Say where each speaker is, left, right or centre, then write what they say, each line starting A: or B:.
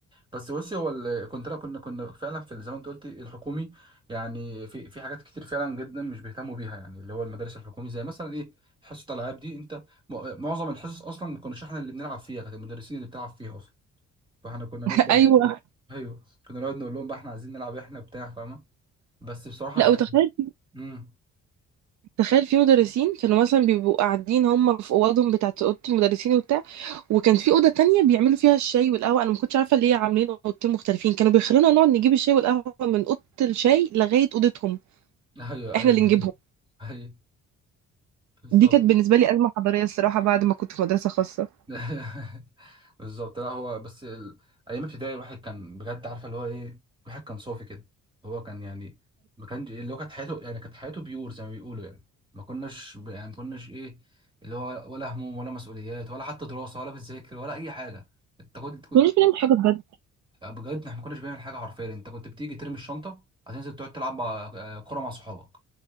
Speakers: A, on the right (about 15°); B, on the right (about 70°).
A: بس بصي هو ال- كنت لا كنا كنا فعلا في ال- زي ما انت قلتي الحكومي يعني في في حاجات كتير فعلا جدا مش بيهتموا بيها يعني اللي هو المدارس الحكومي زي مثلا ايه حصه الالعاب دي انت م- معظم الحصص اصلا ما كناش احنا اللي بنلعب فيها كانت المدرسين اللي بتلعب فيها اصلا فاحنا كنا نفضل
B: <laughs> ايوه
A: بقى ايوه كنا نقعد نقول لهم بقى احنا عايزين نلعب احنا بتاع فاهمه بس بصراحه
B: لا
A: ايام
B: وتخيل
A: امم
B: تخيل في مدرسين كانوا مثلا بيبقوا قاعدين هم في اوضهم بتاعه اوضه المدرسين وبتاع وكان في اوضه تانية بيعملوا فيها الشاي والقهوه انا ما كنتش عارفه ليه عاملين اوضتين مختلفين كانوا بيخلونا نقعد نجيب الشاي والقهوه من اوضه الشاي لغايه اوضتهم
A: ايوه
B: إحنا
A: ايوه
B: اللي نجيبهم
A: <laughs> ايوه بالظبط
B: دي كانت بالنسبة لي أزمة حضارية الصراحة بعد ما كنت في مدرسة خاصة
A: <laughs> بالظبط لا هو بس ال... ايام ابتدائي الواحد كان بجد عارفه اللي هو ايه الواحد كان صافي كده هو كان يعني ما كانش اللي هو كانت حياته يعني كانت حياته بيور زي ما بيقولوا يعني ما كناش ب... يعني ما كناش ايه اللي هو ولا هموم ولا مسؤوليات ولا حتى دراسه ولا بتذاكر ولا اي حاجه انت كنت كنت-
B: مش بنعمل حاجة بجد
A: بجد احنا ما كناش بنعمل حاجه حرفيا انت كنت بتيجي ترمي الشنطه هتنزل تقعد تلعب مع... آه، كوره مع صحابك